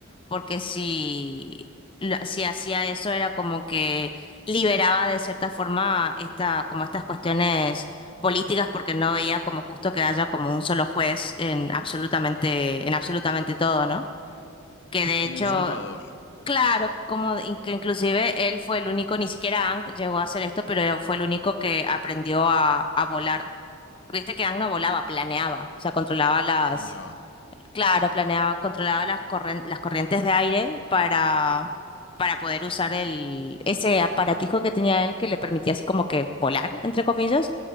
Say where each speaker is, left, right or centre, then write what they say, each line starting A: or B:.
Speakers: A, on the left; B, on the left.
A: porque si, lo- si hacía eso era como que liberaba de cierta forma esta, como estas cuestiones políticas, porque no veía como justo que haya como un solo juez en absolutamente, en absolutamente todo, ¿no? Que de
B: Como
A: hecho,
B: un salvador,
A: claro, como in- que inclusive él fue el único, ni siquiera Ang llegó a hacer esto, pero fue el único que aprendió a, a volar. Viste que Ang no volaba, planeaba, o sea, controlaba las
B: planeaba.
A: Claro, planeaba, controlaba las corren- las corrientes de aire para, para poder usar el, ese aparatijo que tenía él que le permitía así como que volar, entre comillas,